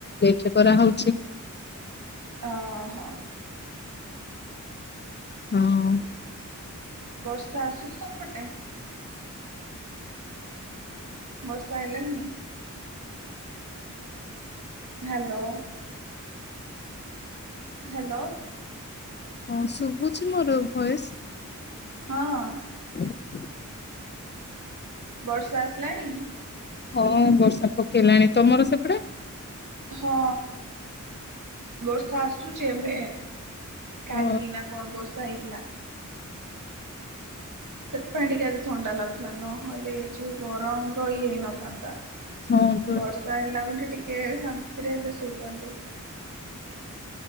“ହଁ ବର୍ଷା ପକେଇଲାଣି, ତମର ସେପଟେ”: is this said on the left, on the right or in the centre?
Left